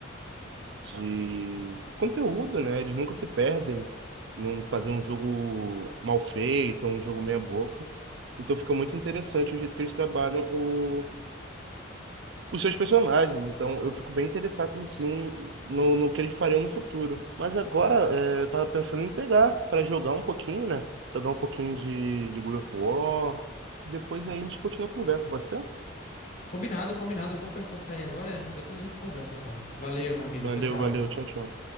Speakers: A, on the right; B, on the left.
A: de conteúdo, né? Eles nunca se perdem em um, fazer um jogo mal feito, um jogo meia boca. Então fica muito interessante o jeito que eles trabalham o- os seus personagens. Então eu fico bem interessado, sim, no, no que eles fariam no futuro. Mas agora é, eu tava pensando em pegar para jogar um pouquinho, né? Jogar um pouquinho de, de God of War. Depois aí a gente continua a conversa, pode ser?
B: Combinado, combinado. Eu vou precisar sair agora. Depois a gente conversa, então. Valeu, meu amigo.
A: Valeu,
B: Tchau, tchau.
A: valeu, tchau, tchau.